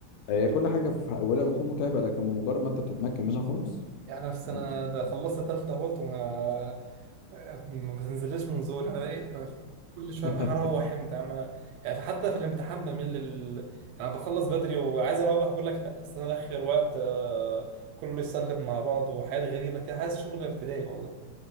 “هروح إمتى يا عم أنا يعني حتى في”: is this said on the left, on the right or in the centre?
Right